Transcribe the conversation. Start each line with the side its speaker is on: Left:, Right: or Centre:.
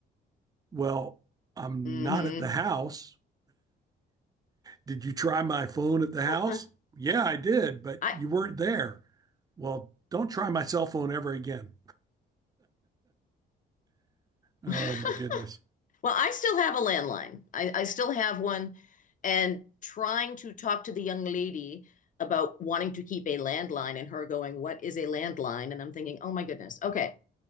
Right: Well, I'm
Left: Mm-hmm.
Right: not at the house. Did you try my phone at the
Left: <laughs>
Right: house? Yeah, I did, but
Left: I
Right: you weren't there. Well, don't try my cell phone ever again. Oh
Left: <laughs>
Right: my goodness.
Left: Well, I still have a landline. I, I still have one, and trying to talk to the young lady about wanting to keep a landline and her going, What is a landline? And I'm thinking, Oh my goodness. Okay.